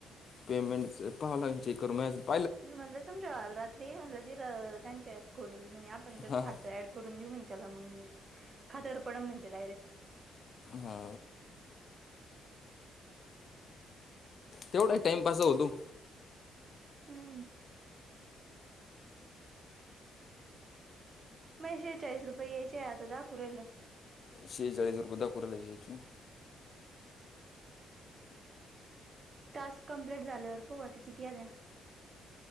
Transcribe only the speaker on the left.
पेमेंटचा पाहा लाग चेकर माझ्या स --
हां
हा. तेवढा टाइमपास होतु
शेचाळीस रपय दाकु रायलं.